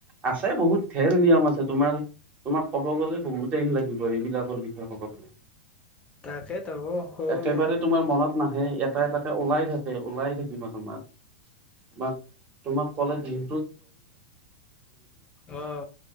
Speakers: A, on the right (about 30°); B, on the left (about 20°).
A: আছে বহুত ঢেৰ নিয়ম আছে তোমাৰ তোমাক ক'ব গলে বহুত টাইম লাগিব এইবিলাকৰ বিষয়ে কব গলে।
B: তাকেতো হ-
A: একেবাৰে তোমাৰ মনত নাহে এটা এটাকে ওলাই থাকে ওলাই দিবা তোমাক তোমাক তোমাক কলে দিম।
B: অ